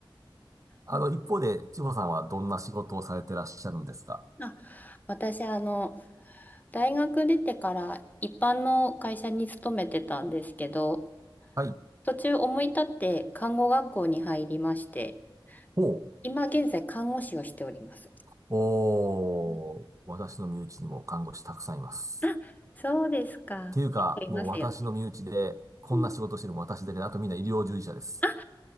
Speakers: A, on the right (about 35°); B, on the left (about 20°).
A: あの、
B: うん
A: 一方で、千穂さんはどんな仕事をされてらっしゃるんですか
B: あ、私、あの、大学出てから一般の会社に勤めてたんですけど、
A: はい。
B: 途中思い立って看護学校に入りまして、
A: ほう。
B: 今現在看護師をしております。
A: おー、
B: うん
A: 私の身内にも看護師たくさんいます。
B: あ、そうですか。
A: っていうか、
B: 結構いますよね。
A: もう私の身内で、こんな仕事してるの私だけで、
B: うん
A: あとみんな医療従事者です。
B: あ、